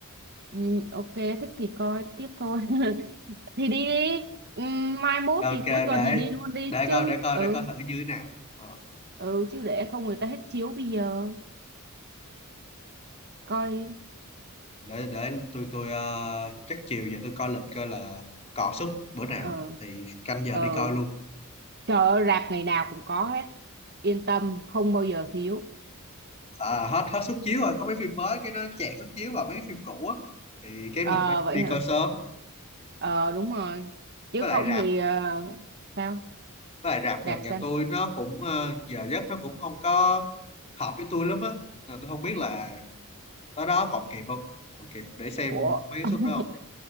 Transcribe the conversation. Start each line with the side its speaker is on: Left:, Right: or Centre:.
Right: ừ ok thích thì coi tiếp thôi <laughs> thì đi đi Ừm, mai mốt
Left: ok
Right: thì cuối tuần
Left: để
Right: thì đi luôn đi
Left: để
Right: chứ
Left: coi để coi
Right: ừ
Left: để coi thử như thế nào Ờ,
Right: ừ chứ để không người ta hết chiếu bây giờ coi
Left: để để tôi tôi ờ, chắc chiều về tôi coi lịch coi là còn suất bữa nào
Right: ờ
Left: thì canh giờ
Right: ờ
Left: đi coi luôn
Right: trời ơi, rạp ngày nào cũng có hết yên tâm không bao giờ thiếu
Left: à hết hết suất chiếu rồi có mấy phim mới cái nó chẹt suất chiếu vào mấy cái phim cũ á thì cái
Right: ờ
Left: mình phải
Right: vậy
Left: đi
Right: hả
Left: coi sớm
Right: ờ đúng rồi chứ
Left: với lại
Right: không
Left: rạp
Right: thì ờ, sao
Left: với lại rạp
Right: rạp
Left: gần nhà
Right: sao
Left: tôi nó cũng ờ, giờ giấc nó cũng không có hợp với tôi lắm á nên tôi không biết là tới đó còn kịp không còn kịp để xem
Right: ủa
Left: mấy cái
Right: <laughs>
Left: suất đó không